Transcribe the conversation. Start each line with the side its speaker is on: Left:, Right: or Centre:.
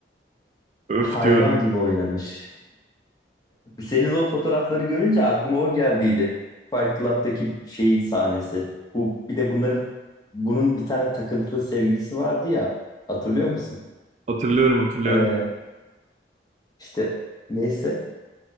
Right: Öf
Left: hayvan
Right: diyorum.
Left: gibi oynamış. Senin o fotoğrafları görünce aklıma o geldiydi. Fight Club'daki şeyin sahnesi. Bu bir de bunların bunun bir tane takıntılı sevgilisi vardı ya. Hatırlıyor musun?
Right: Hatırlıyorum hatırlıyorum.
Left: Ee, işte neyse